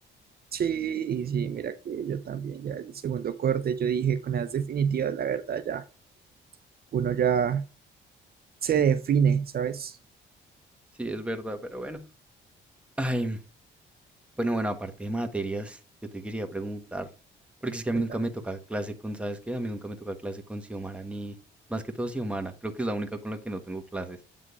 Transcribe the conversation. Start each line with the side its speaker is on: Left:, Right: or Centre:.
Right: Sí, sí, mira que yo también, ya el segundo corte, yo dije con las definitivas, la verdad, ya uno ya se define, ¿sabes?
Centre: Sí, es verdad, pero bueno. Ay, bueno, bueno, aparte de materias, yo te quería preguntar, porque es que
Right: Cuéntame.
Centre: a mí nunca me toca clase con, ¿sabes qué? A mí nunca me toca clase con Xiomara, ni más que todo Xiomara, creo que es la única con la que no tengo clases.